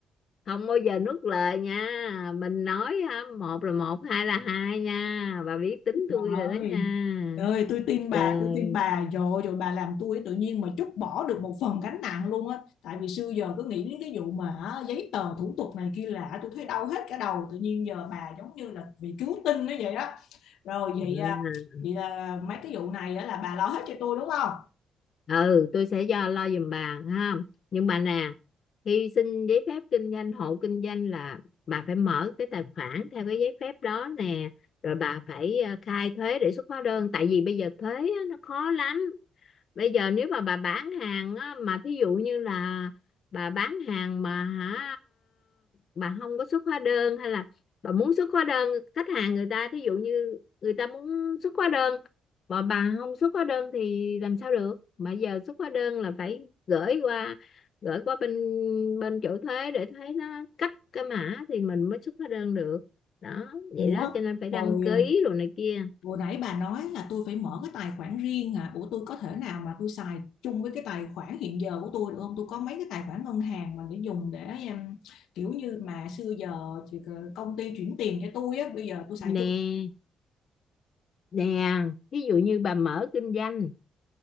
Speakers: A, on the left; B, on the left.
A: không bao giờ nuốt lời nha mình nói hả, một là một hai là hai nha bà biết tính
B: Trời
A: tôi rồi đó
B: ơi,
A: nha
B: trời ơi, tôi tin bà,
A: trời
B: tôi tin bà rồi rồi bà làm tôi tự nhiên mà trút bỏ được một phần gánh nặng luôn á. Tại vì xưa giờ cứ nghĩ đến cái vụ mà á, giấy tờ thủ tục này kia lạ, tôi thấy đau hết cả đầu. Tự nhiên giờ bà giống như là bị cứu tinh nó vậy đó. Rồi vậy
A: ừ
B: à, vậy là mấy cái vụ này á là bà lo hết cho tôi đúng không?
A: Ừ, tôi sẽ do lo giùm bà ha nhưng bà nè khi xin giấy phép kinh doanh hộ kinh doanh là bà phải mở cái tài khoản theo cái giấy phép đó nè rồi bà phải ờ, khai thuế để xuất hóa đơn tại vì bây giờ thuế á, nó khó lắm bây giờ nếu mà bà bán hàng á, mà thí dụ như là bà bán hàng mà hả bà không có xuất hóa đơn hay là bà muốn xuất hóa đơn khách hàng người ta thí dụ như người ta muốn xuất hóa đơn mà bà không xuất hóa đơn thì làm sao được mà giờ xuất hóa đơn là phải gửi qua gửi qua bên bên chỗ thuế để thuế nó cấp cái mã thì mình mới xuất hóa đơn được đó vậy
B: Ủa,
A: đó cho nên phải
B: hồi
A: đăng ký
B: à,
A: rồi này kia
B: Hồi nãy bà nói là tôi phải mở cái tài khoản riêng hả? Ủa tôi có thể nào mà tôi xài chung với cái tài khoản hiện giờ của tôi được không? Tôi có mấy cái tài khoản ngân hàng mà để dùng để em kiểu như mà xưa giờ thì công ty chuyển tiền cho tôi á, bây giờ tôi xài
A: nè
B: chung.
A: nè ví dụ như bà mở kinh doanh